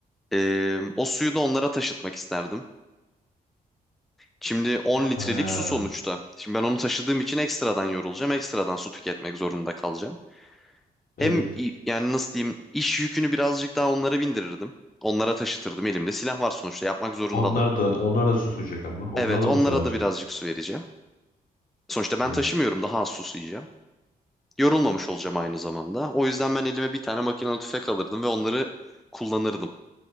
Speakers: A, in the centre; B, on the left.
A: Ee, o suyu da onlara taşıtmak isterdim. Şimdi 10 litrelik
B: Aa,
A: su sonuçta. Şimdi ben onu taşıdığım için ekstradan yorulacağım. Ekstradan su tüketmek zorunda kalacağım. Hem
B: evet.
A: i- yani nasıl diyeyim iş yükünü birazcık daha onlara bindirirdim. Onlara taşıtırdım. Elimde silah var sonuçta yapmak zorundalar.
B: Onlar da onlar da susacak ama. Onlara
A: Evet
B: da
A: onlara
B: mı su vereceksin?
A: da birazcık su vereceğim. Sonuçta ben
B: Hmm.
A: taşımıyorum. Daha az sus yiyeceğim. Yorulmamış olacağım aynı zamanda. O yüzden ben elime bir tane makinalı tüfek alırdım ve onları kullanırdım